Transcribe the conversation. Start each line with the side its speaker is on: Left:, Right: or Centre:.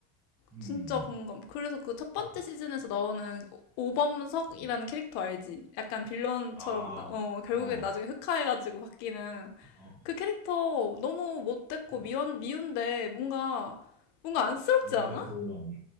Centre: 음,
Left: 진짜 공감. 그래서 그 첫 번째
Centre: 음,
Left: 시즌에서 나오는 오범석이라는
Centre: 음.
Left: 캐릭터 알지? 약간 빌런처럼,
Centre: 아,
Left: 나- 어, 결국엔
Centre: 어.
Left: 나중에 흑화해가지고 바뀌는
Centre: 어,
Left: 그 캐릭터 너무 못됐고
Centre: 음,
Left: 미운, 미운데 뭔가, 뭔가 안쓰럽지
Centre: 이해가
Left: 않아?
Centre: 또 안,